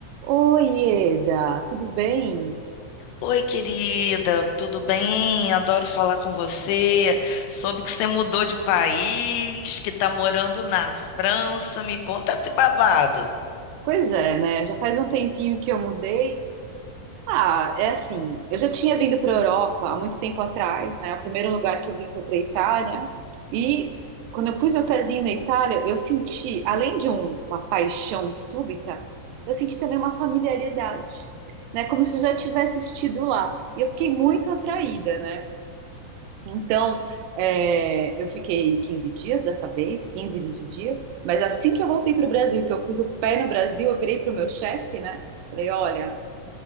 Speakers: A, on the right (about 90°); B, on the left (about 80°).
A: Oi, Eda, tudo bem?
B: Oi, querida, tudo bem? Adoro falar com você. Soube que você mudou de país, que está morando na França. Me conta esse babado.
A: Pois é, né? Já faz um tempinho que eu mudei. Ah, é assim, eu já tinha vindo para a Europa há muito tempo atrás, né? O primeiro lugar que eu vim foi para a Itália. E quando eu pus meu pezinho na Itália, eu senti, além de um- uma paixão súbita, eu senti também uma familiaridade, né? Como se eu já tivesse estido lá. E eu fiquei muito atraída, né? Então, é, eu fiquei 15 dias dessa vez, 15, 20 dias, mas assim que eu voltei para o Brasil, que eu pus o pé no Brasil, eu virei para o meu chefe, né? Falei: olha,